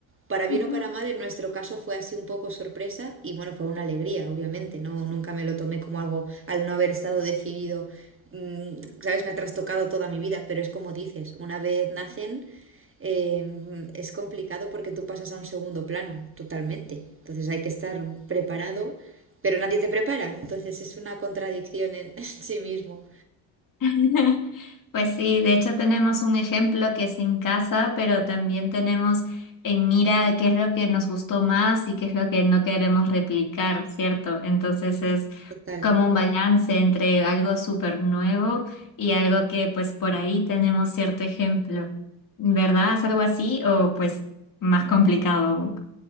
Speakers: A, on the right; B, on the left.
A: para bien
B: Ujú.
A: o para mal, en nuestro caso fue así un poco sorpresa y bueno, fue una alegría, obviamente, no nunca me lo tomé como algo al no haber estado decidido, mm, sabes, me ha trastocado toda mi vida, pero es como dices, una vez nacen, eh, es complicado porque tú pasas a un segundo plano totalmente. Entonces hay que estar preparado, pero nadie te prepara. Entonces es una contradicción en, <laughs> sí mismo,
B: <laughs> Pues sí, de hecho tenemos un ejemplo que es en casa, pero también tenemos en mira qué es lo que nos gustó más y qué es lo que no queremos replicar, ¿cierto? Entonces es
A: total.
B: como un balance entre algo súper nuevo y algo que pues por ahí tenemos cierto ejemplo, ¿verdad? ¿Es algo así o pues más complicado?